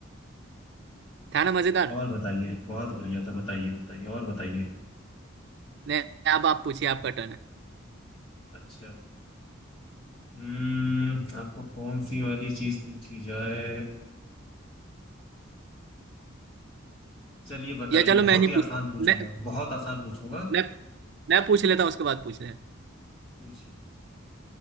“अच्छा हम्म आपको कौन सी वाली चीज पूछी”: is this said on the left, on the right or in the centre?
Left